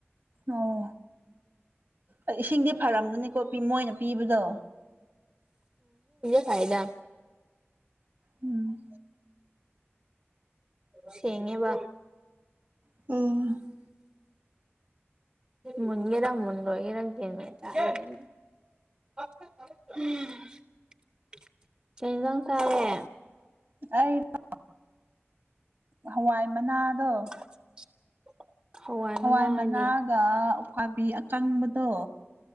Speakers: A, on the right; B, on the right.
A: ꯑꯣ ꯑ ꯏꯁꯤꯡꯗꯤ ꯐꯔꯝꯒꯅꯤꯀꯣ ꯄꯤ ꯃꯣꯏꯅ ꯄꯤꯕꯗꯣ꯫
B: <inaudible> ꯐꯥꯏꯗ꯫
A: ꯎꯝ
B: ꯁꯦꯡꯉꯦꯕ꯫
A: ꯑꯣ
B: ꯃꯨꯟꯒꯦꯔ ꯃꯨꯟꯔꫭꯏꯒꯦꯔ ꯒ꯭ꯌꯥꯟ ꯃꯦꯟ <unintelligible> <unintelligible> ꯀꯩ ꯍꯤꯟꯖꯥꯡ ꯆꯥꯔꯦ꯫
A: ꯑꯩꯔꫭ ꯍꯋꯥꯏ ꯃꯅꯥꯗꫭ
B: <unintelligible>
A: ꯍꯋꯥꯏ
B: ꯃꯅꯥ ꯍꯥꯏꯗꯤ
A: ꯃꯅꯥꯒ ꯎꯈꯥꯕꯤ ꯑꯀꯪꯕꯗꯣ